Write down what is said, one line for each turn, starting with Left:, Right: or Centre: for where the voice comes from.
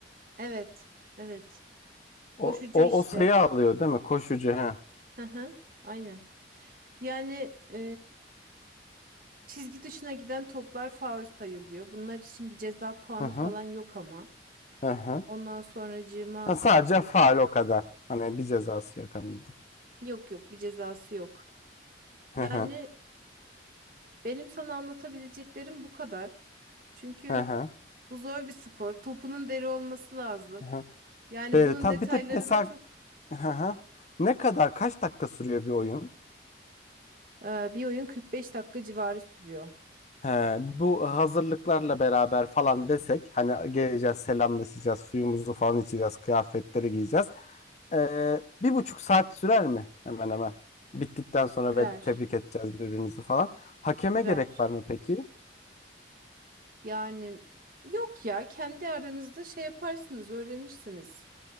Right: Evet, evet.
Left: O,
Right: Koşucu
Left: o,
Right: işte.
Left: o sayı alıyor değil mi? Koşucu. Ha.
Right: Aha, aynen. Yani e, çizgi dışına giden toplar faul sayılıyor. Bunlar için bir ceza puanı
Left: Hı hı.
Right: falan yok ama.
Left: Hı hı.
Right: Ondan sonracığıma
Left: Ha, sadece faal o kadar. Hani bir cezası yok. Hani
Right: yok yok bir cezası yok.
Left: Hı
Right: Yani
Left: hı,
Right: benim sana anlatabileceklerim bu kadar. Çünkü
Left: hı hı,
Right: Bu zor bir spor. Topunun deri olması lazım.
Left: hı hı.
Right: Yani
Left: Böyle
Right: bunun
Left: tam
Right: detaylarına
Left: bir de mesela
Right: çok
Left: hı hı. ne kadar kaç dakika sürüyor bir oyun?
Right: e, bir oyun 45 dakika civarı sürüyor.
Left: He, bu hazırlıklarla beraber falan desek hani geleceğiz selamlaşacağız suyumuzu falan içeceğiz kıyafetleri giyeceğiz. Ee, bir buçuk saat sürer mi hemen hemen? Bittikten sonra
Right: Sürer,
Left: ve tebrik edeceğiz birbirimizi falan. Hakeme
Right: sürer.
Left: gerek var mı peki?
Right: Yani yok ya kendi aranızda şey yaparsınız, öğrenirsiniz.